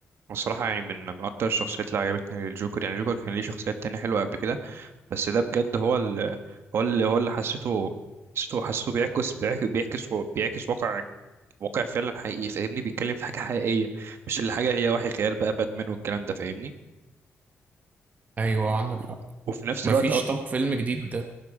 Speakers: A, on the right; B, on the right.
A: الصراحة يعني من من أكتر الشخصيات اللي عجبتني الجوكر يعني الجوكر كان ليه شخصيات تانية حلوة قبل كده بس ده بجد هو ال هو اللي هو اللي حسيته حسيته حسيته بيعكس بيعكس بيعكس و- بيعكس واقع واقع فعلا حقيقي فاهمني بيتكلم في حاجة حقيقية مش اللي حاجة هي وحي خيال بقى باتمان والكلام ده فاهمني
B: ايوه عندك
A: و-
B: حق
A: وفي نفس
B: مفيش
A: الوقت أ-
B: طب فيلم جديد